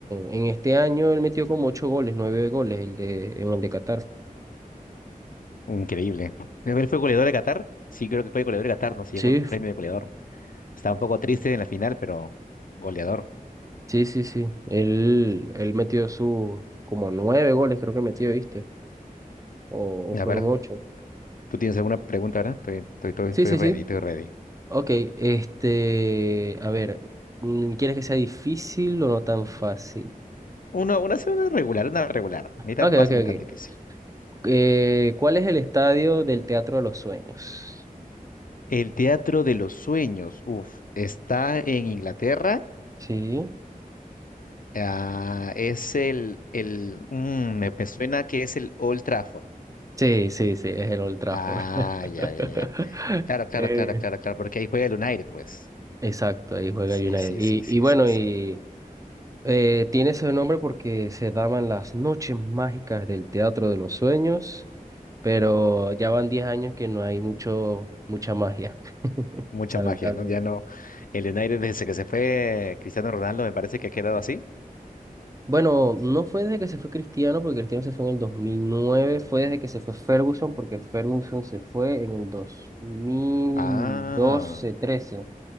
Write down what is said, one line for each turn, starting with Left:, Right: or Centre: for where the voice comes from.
Right: en, en este año él metió como 8 goles, 9 goles el de, en el de Qatar.
Left: Increíble. Él fue goleador de Qatar. Sí, creo que fue goleador de Qatar, ¿no? Se
Right: Sí,
Left: llevó el premio de goleador. Estaba un poco triste en la final, pero goleador.
Right: Sí, sí, sí. Él, él metió su como nueve goles, creo que metió, ¿viste? O, o
Left: A
Right: fueron
Left: ver.
Right: ocho.
Left: ¿Tú tienes alguna pregunta ahora? Estoy, estoy, estoy,
Right: Sí,
Left: estoy
Right: sí,
Left: ready,
Right: sí.
Left: estoy ready.
Right: Ok, este, a ver, mm, ¿quieres que sea difícil o no tan fácil?
Left: Una, una, sí, una regular, una regular.
Right: Ok,
Left: Ni tan fácil
Right: ok,
Left: ni
Right: ok.
Left: tan difícil.
Right: Eh, ¿cuál es el estadio del Teatro de los Sueños?
Left: El Teatro de los Sueños, uf, está en Inglaterra.
Right: Sí.
Left: Ah, es el, el mm, me, me suena que es el Old Trafford.
Right: Sí, sí, sí, es el Old Trafford.
Left: Ah,
Right: <laughs>
Left: ya, ya, ya. Claro, claro,
Right: Eh,
Left: claro, claro, claro, porque ahí juega el United, pues.
Right: exacto, ahí juega
Left: Sí,
Right: United.
Left: sí,
Right: Y,
Left: sí, sí,
Right: y bueno,
Left: sí, sí.
Right: y Eh, tiene ese nombre porque se daban las noches mágicas del Teatro de los Sueños, pero ya van 10 años que no hay mucho, mucha magia, <laughs>
Left: Mucha
Right: lamentablemente.
Left: magia, ¿no? Ya no. El United desde que se fue Cristiano Ronaldo me parece que ha quedado así.
Right: Bueno, no fue desde que se fue Cristiano, porque Cristiano se fue en el dos mil nueve fue desde que se fue Ferguson, porque Ferguson se fue en el dos mil
Left: Ah.
Right: doce trece